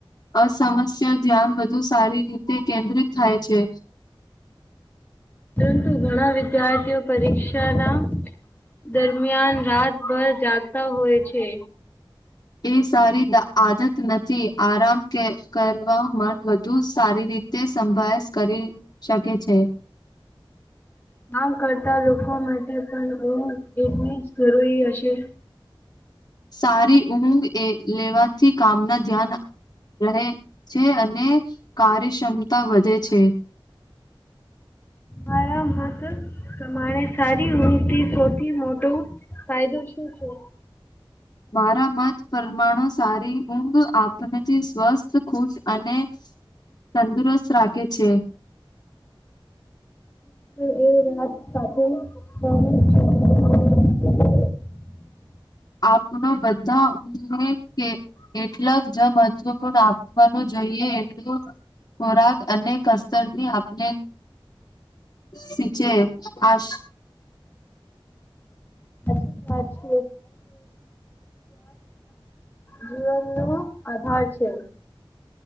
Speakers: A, on the left; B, on the left.
A: અસમસ્યા ધ્યાન વધુ સારી રીતે કેન્દ્રિત થાય છે.
B: પણ ઘણા વિદ્યાર્થીઓ પરીક્ષાના દરમિયાન રાતભર જાગતા હોય છે.
A: એ સારી આદત નથી આરામ ક કરવા મન વધુ સારી રીતે સંભાયેશ કરી શકે છે.
B: કમ કરતા લોકો માટે પણ એટલી જ જરૂરી હશે?
A: સારી ઊંઘ લેવાથી કામના ધ્યાન રહે છે અને, કાર્યક્ષમતા વધે છે.
B: મારા મત પ્રમાણે સારી ઊંઘથી થી સૌથી મોટો ફાયદો શું છે?
A: મારા મત પરમાણુ સારી ઊંઘ આપથી સ્વસ્થ ખુશ અને, તંદુરસ્ત રાખે છે.
B: પણ એ <unintelligible>
A: આપના બધાને એટલાક જ મહત્વપૂર્ણ આપવાનું જોઈએ એટલું, ખોરાક અને કતરની આપને સીચે, આ
B: <unintelligible> સ્વસ્થ જીવન નો આધાર છે.